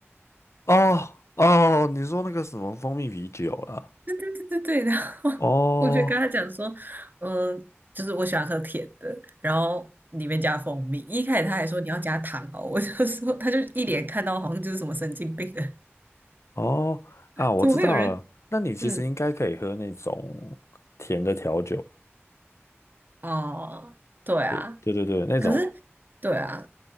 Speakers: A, on the left (about 75°); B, on the right (about 45°).
A: 哦哦，你说那个什么蜂蜜啤酒啦，
B: 对对对对，对，然后 <laughs>
A: 哦
B: 我就跟他讲说，嗯，就是我喜欢喝甜的，然后里面加蜂蜜。一开始他还说你要加糖哦，我就说他就一脸看到好像就是什么神经病的，
A: 哦啊，我知道了。
B: 怎么会有人？
A: 那你其实应该可以喝那种甜的调酒，
B: 嗯，哦，对啊，
A: 对对对对，那种
B: 可是对啊，